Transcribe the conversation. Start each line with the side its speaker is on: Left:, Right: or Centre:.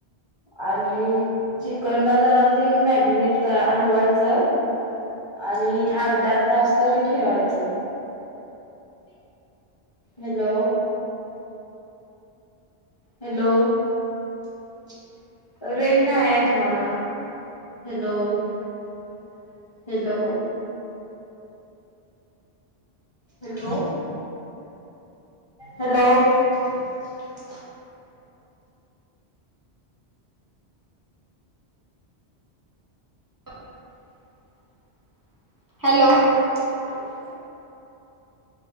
Left: आणि चिकनला जरा ते मॅगिनेट हलवायचं. आणि अर्धा तास तरी ठेवायच हॅलो हॅलो <inaudible> रेंज नाहाये तुम्हाला hello <inaudible> hello <inaudible> hello -hello <inaudible>
Right: <unintelligible> hello <inaudible>